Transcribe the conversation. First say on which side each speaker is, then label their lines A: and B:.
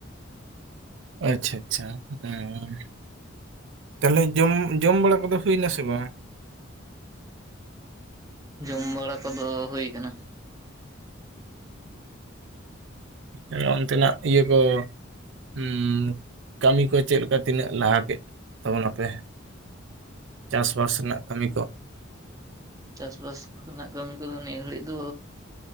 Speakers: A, on the right; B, on the right.
A: ᱟᱪᱪᱷᱟ ᱟᱪᱪᱷᱟ ᱚᱸᱻ ᱛᱟᱦᱚᱞᱮ ᱡᱚᱢ ᱡᱚᱢ ᱵᱟᱲᱟ ᱠᱚᱫᱚ ᱦᱩᱭ ᱮᱱᱟ ᱥᱮ ᱵᱟᱝ?
B: ᱡᱚᱢ ᱵᱟᱲᱟ ᱠᱚᱫᱚ ᱦᱩᱭ ᱠᱟᱱᱟ
A: ᱩᱸᱻ ᱚᱱᱛᱮᱱᱟᱜ ᱤᱭᱟᱹ ᱠᱚ ᱦᱩᱸᱻ ᱠᱟᱹᱢᱤ ᱠᱚ ᱪᱮᱫ ᱞᱮᱠᱟ ᱛᱤᱱᱟᱹᱜ ᱞᱟᱦᱟ ᱠᱮᱫ ᱛᱟᱵᱚᱱᱟᱯᱮ ᱪᱟᱥᱵᱟᱥ ᱨᱮᱱᱟᱜ ᱠᱟᱹᱢᱤ ᱠᱚ
B: ᱪᱟᱥᱵᱟᱥ <unintelligible> ᱨᱮᱱᱟᱜ ᱠᱟᱹᱢᱤ ᱠᱚᱫᱚ ᱱᱤᱭᱟᱹ ᱜᱷᱟᱹᱲᱤᱡ ᱫᱚ